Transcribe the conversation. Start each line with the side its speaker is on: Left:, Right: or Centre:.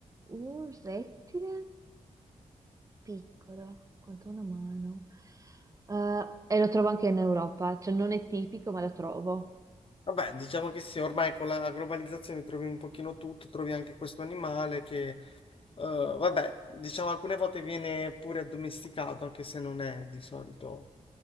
Right: un rettile. piccolo quanto una mano. Eh, e lo trovo anche in Europa, cioè non è tipico, ma lo trovo.
Left: Vabbè, diciamo che sì, ormai con la globalizzazione trovi un pochino tutto, trovi anche questo animale che, eh, vabbè, diciamo alcune volte viene pure addomesticato, anche se non è di solito